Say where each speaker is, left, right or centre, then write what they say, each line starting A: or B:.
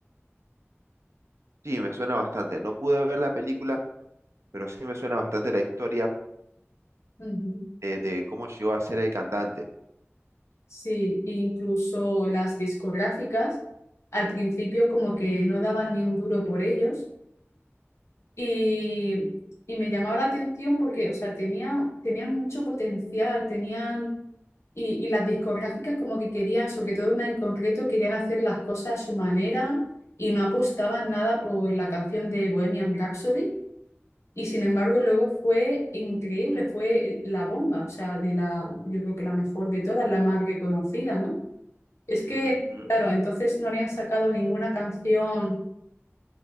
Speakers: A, on the right (about 80°); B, on the left (about 80°).
A: Sí, me suena bastante. No pude ver la película, pero sí me suena bastante la historia
B: Ujú.
A: de, de cómo llegó a ser el cantante.
B: Sí, incluso las discográficas al principio como que no daban ni un duro por ellos y, y me llamaba la atención porque, o sea, tenía, tenían mucho potencial, tenían... Y, y las discográficas como que querían, sobre todo una en concreto, querían hacer las cosas a su manera y no apostaban nada por la canción de Bohemian Rhapsody. Y sin embargo luego fue increíble, fue la bomba, o sea, de la, yo creo que la mejor de todas, la más reconocida, ¿no? Es que,
A: Ujú, ujú.
B: claro, entonces no habrían sacado ninguna canción,